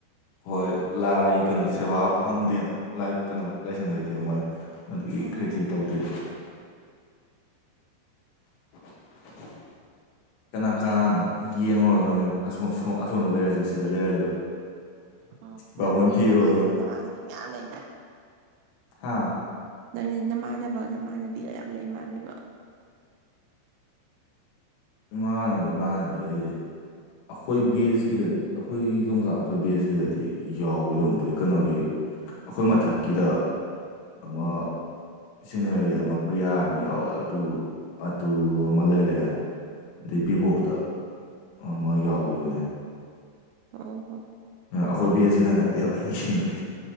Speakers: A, on the left; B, on the right.
A: ꯍꯣꯏ ꯂꯥꯏ ꯀꯩꯅꯣ ꯁꯦꯕꯥ ꯐꯪꯗꯦꯅ ꯂꯥꯏ ꯀꯩꯅꯣ ꯂꯥꯏꯁꯪ ꯂꯩꯇꯦ ꯃꯣꯏ ꯑꯗꯨꯒꯤ
B: ꯎꯝ
A: ꯈꯦꯆꯤ ꯇꯧꯗꯦ <unintelligible> ꯀꯅꯥ ꯀꯅꯥꯅꯣ ꯌꯦꯡꯉꯨꯨꯔꯗꯕꯅꯦꯕ ꯑꯁꯣꯝꯗ ꯂꯩꯔꯁꯨ ꯁꯤ ꯁꯤꯗ ꯂꯩꯔ꯭ꯁꯨ
B: ꯎꯝ
A: ꯕꯥꯃꯣꯟ
B: ꯅꯪꯗꯤ
A: ꯊꯤꯕꯗꯣ
B: ꯅꯃꯥꯟꯅꯕ ꯅꯃꯥꯟꯅꯕꯤ ꯃꯌꯥꯝ ꯂꯩ
A: ꯍꯥꯥ
B: ꯅꯪ ꯅꯃꯥꯟꯅꯕ ꯅꯃꯥꯟꯅꯕꯤꯒ ꯌꯥꯝ ꯂꯩ ꯃꯥꯜꯂꯦꯕ
A: ꯏꯃꯥꯟꯅꯕ ꯏꯃꯥꯟꯅꯕꯤ ꯍꯥꯏꯁꯦ ꯑꯩꯈꯣꯏ ꯕꯦꯁꯀꯤꯗ ꯑꯩꯈꯣꯏ ꯂꯣꯡꯒꯥ ꯑꯩꯈꯣꯏ ꯕꯦꯁꯀꯤꯗꯗꯤ ꯌꯥꯎꯕꯒꯨꯝ ꯇꯧꯋꯤ ꯀꯩꯅꯣꯒꯤ ꯑꯩꯈꯣꯏ ꯃꯊꯛꯀꯤꯗ ꯑꯃ ꯁꯦꯅꯦꯔꯒꯤꯗ
B: ꯎꯝ
A: ꯑꯃ ꯄ꯭ꯔꯤꯌꯥ ꯑꯃ ꯌꯥꯎꯕꯗꯨ ꯑꯗꯨ ꯑꯗꯨ ꯑꯃ ꯂꯩꯔꯦ ꯑꯗꯩ ꯚꯤꯕꯣꯛꯇ ꯑꯃ ꯌꯥꯎꯈꯤꯕꯅꯦ
B: ꯑꯣ
A: ꯑꯩꯈꯣꯏ ꯕꯦꯖꯀꯤꯗ ꯅꯠꯇꯦꯕ ꯑꯩꯅ ꯌꯦꯡꯗꯣꯏꯁꯦ